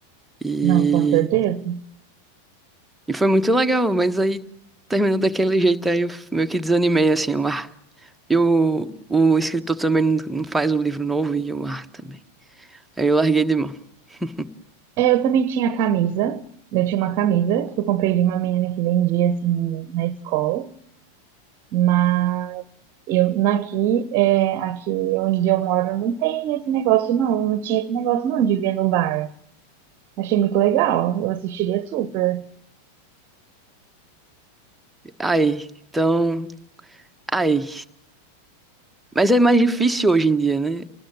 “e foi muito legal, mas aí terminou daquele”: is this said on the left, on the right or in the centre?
Centre